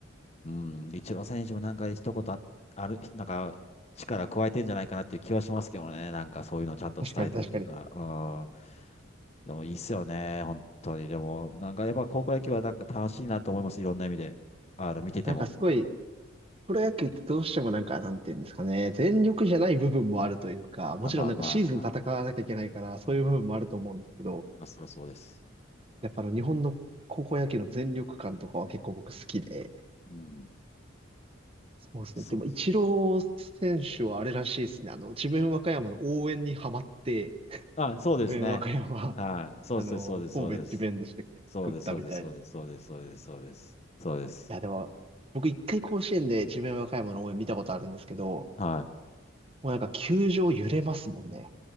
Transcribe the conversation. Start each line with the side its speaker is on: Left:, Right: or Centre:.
Left: うん、イチロー選手もなんか一言あ、ある、なんか力加えてんじゃないかなっていう気はしますけどね、なんかそういうのをちゃんと伝えてるというか、
Right: 確かに、確かに。
Left: うん、でもいいっすよね、本当に。でも、なんかやっぱ高校野球はなんか楽しいなと思います、いろんな意味で。あの、見てても。
Right: なんかすごい、プロ野球ってどうしてもなんか、なんていうんですかね、全力じゃない部分もあるというか、もちろんなんかシーズン戦わなきゃいけないから、
Left: あ、まあま
Right: そういう部分もあると思うんですけど、
Left: うん。まあ、そりゃそうです。
Right: やっぱあの日本の高校野球の全力感とかは結構僕好きで、
Left: うん。
Right: そうですね。
Left: そうです。
Right: でも、イチロー選手はあれらしいですね。あの、智弁和歌山の応援にハマって、
Left: あ、そうですね。
Right: 智弁和歌山、
Left: はい。そうです、
Right: あの、
Left: そうです、
Right: 神戸智弁でしたっけ作ったみたいな。
Left: そうです。そうです、そうです、そうです、そうです、そうです、そうです。そうです。
Right: いや、でも、僕一回甲子園で智弁和歌山の応援見たことあるんですけど、
Left: はい。
Right: もうなんか球場揺れますもんね。